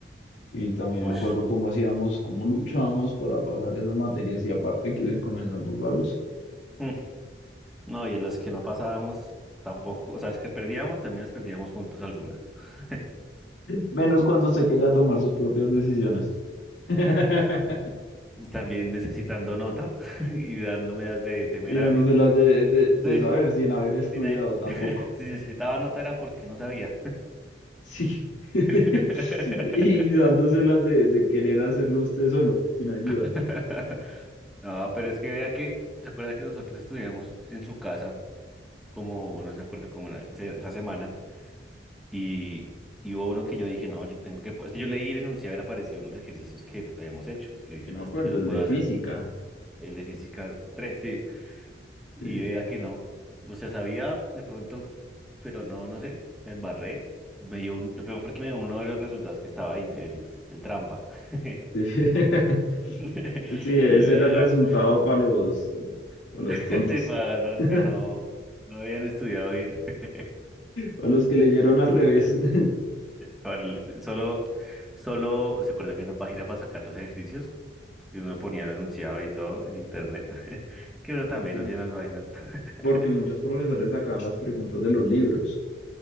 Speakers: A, on the left; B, in the centre.
A: Y también
B: Ush.
A: me acuerdo cómo hacíamos, cómo luchábamos para pasar esas materias y aparte que comenzamos vagos.
B: Mm. No, y los que no pasábamos tampoco. O sea, es que perdíamos, también las perdíamos juntos algunas. <laughs>
A: Menos cuando usted quería tomar sus propias decisiones. <laughs>
B: También necesitando nota <laughs> y dándome las de temerario.
A: Y dándoselas de, de, de
B: Sí.
A: saber sin haber estudiado
B: Si ne-
A: tampoco.
B: <laughs> si necesitaba nota era porque no sabía.
A: Sí. <laughs>
B: <laughs>
A: Y dándoselas de, de querer hacerlo usted solo, sin ayuda.
B: <laughs> No, pero es que vea que, ¿te acuerdas que nosotros estudiamos en su casa, como, no se acuerda, como la- ese- esa semana, y, y hubo uno que yo dije, no, yo tengo que, es que yo leí y enunciar apareció en los ejercicios que habíamos hecho. Yo dije,
A: Yo
B: no,
A: me acuerdo,
B: este yo lo
A: el
B: puedo
A: de
B: hacer,
A: física.
B: el de física 3 sí, y
A: Sí,
B: vea que no. O sea, sabía de pronto, pero no, no sé, me embarré. Me dio un, lo peor fue que me dio uno de los resultados que estaba ahí, el, el trampa. <laughs>
A: sí. <laughs>
B: <laughs>
A: Sí, ese
B: Y vea.
A: era el resultado para los, para los
B: <laughs>
A: tontos.
B: Sí, para las dos
A: <laughs>
B: que no, no habían estudiado bien. <laughs>
A: O los que leyeron al revés. <laughs>
B: Para el- Solo, solo se acuerda que hay una página para sacar los ejercicios, porque uno ponía el enunciado y todo en internet. <laughs> Es que uno también
A: Sí.
B: hacía las vainas. <laughs>
A: Porque muchos profesores sacaban las preguntas de los libros